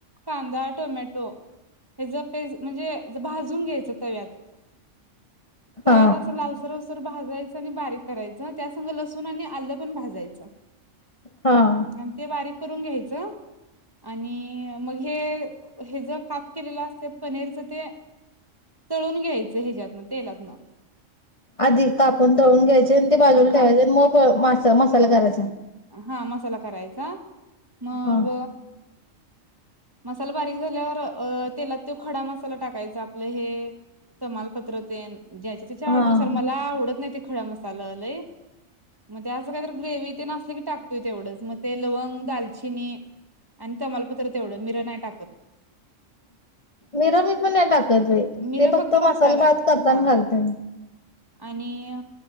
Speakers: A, on the right (about 20°); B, on the left (about 30°).
A: कांदा, टोमॅटो. हे ते म्हणजे भाजून घ्यायचं तव्यात तव्यात
B: हा
A: असं लाल. सरसर भाजायचं आणि बारीक करायच त्यासंग लसूण आणि आलं पण भाजायचं.
B: हां.
A: आणि ते बारीक करून घ्यायचं आणि मग हे हे ज काप. केले असत पनीरच ते तळून घ्यायचं ह्याच्यातन तेलातन.
B: आधी कापून तळून घ्यायचे आणि ते बाजूला ठेवायचे
A: का
B: मग मासा मसाला करायचा.
A: हा मसाला करायचा मग.
B: हा
A: मसाला बारीक झाल्यावर अ तेलात तो खडा मसाला टाकायचा आपलं हे. तमालपत्रतेन ज्याच्या त्याच्या
B: हा.
A: आवडनुसार मला आवडत नाही. खडा मसाला लय मग त्या असं काहीत ग्रेव्ही ते असले की टाकतोय तेवढं. त्या मग ते लवंग, दालचिनी आणि तमालपत्र तेवढं मिर नाही टाकत.
B: मिर मी पण नाही टाकत र
A: मिरं
B: ते फक्त
A: भाताला
B: मसाले भात करताना
A: हा
B: घालते.
A: आणि